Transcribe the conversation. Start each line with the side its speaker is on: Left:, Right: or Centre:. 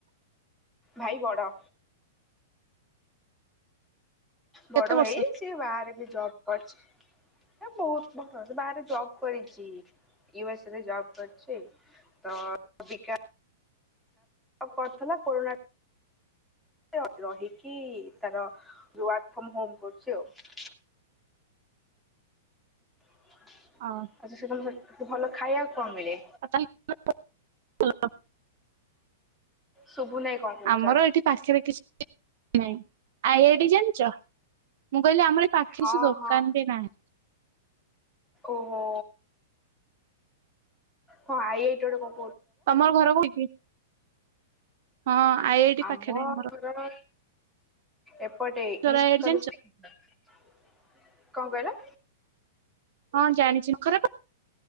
Centre: ଭାଇ ବଡ। ବଡ
Right: କେତେ
Centre: ହେଇ
Right: ବର୍ଷ
Centre: ସିଏ ବାହାରେ ବି ଜବ୍ କରିଛି। ସେ ବହୁତ ବଡ। ସେ ବାହାରେ ଜବ୍ କରିଚି। ୟୁ ଏସ୍ ରେ ଜବ୍ କରିଛି। ତ ଅବିକା ଆଉ ପ୍ରଥମ କରୁଣା ର-ରହିକି ତାର ୱାର୍କ ଫ୍ରମ୍ ହୋମ୍ କରୁଛି ଆଉ। ହ <inaudible>
Right: ହଁ।
Centre: ଆଚ୍ଛା <inaudible> ସେ ଭଲ ଖାଇଆକୁ କଣ ମିଳେ?
Right: <inaudible>
Centre: ଶୁଭୁ ନାଇଁ କଣ କହୁଛ?
Right: ଆମର ଏଠି ପାଖରେ କିଛି ନାଇଁ, ଆଇ ଆଇ ଟି ଜାଣିଚ? ମୁଁ କହିଲି ଆମର ଏଇ ପା
Centre: ହଁ
Right: କିଛି ଦୋକାନ
Centre: ହଁ
Right: ବି ନାହିଁ।
Centre: ଓହୋ! ହଁ ଆଇ ଆଇ ଟି ଗୋଟେ କ
Right: ତୋମର ଘର କୋଉଠି? ହଁ ଆଇ ଆଇ ଟି
Centre: ଆମ
Right: ପାଖରେ ଆମର
Centre: ଘର ଏପଟେ ଇଷ୍ଟ
Right: ଆଇ ଆଇ ଟି
Centre: କଲେଜ୍
Right: ଜାଣିଛ
Centre: <inaudible> କଣ କହିଲ?
Right: ହଁ ଜାଣିଛି ଘର ପା